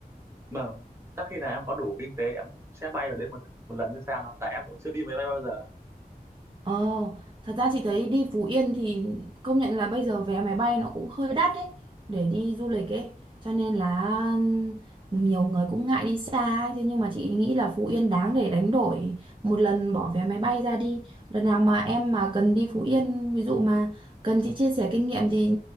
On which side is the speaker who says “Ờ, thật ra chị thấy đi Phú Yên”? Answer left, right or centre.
Right